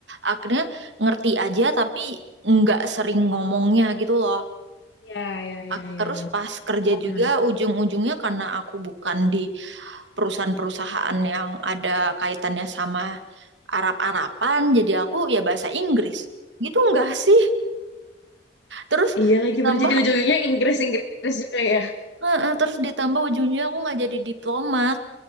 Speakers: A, on the right; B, on the left.
A: akhirnya ngerti aja tapi enggak sering ngomongnya gitu loh.
B: ya ya ya
A: Ak- Terus
B: ya ya.
A: pas kerja juga
B: Menarik.
A: ujung-ujungnya karena aku bukan di perusahaan-perusahaan yang ada kaitannya sama Arab-Araban jadi aku ya bahasa Inggris gitu enggak sih terus
B: Iya lagi
A: ditambah
B: berjadi ujung-ujungnya Inggris Inggris juga ya.
A: eh, eh, terus ditambah ujung ujungnya aku nggak jadi diplomat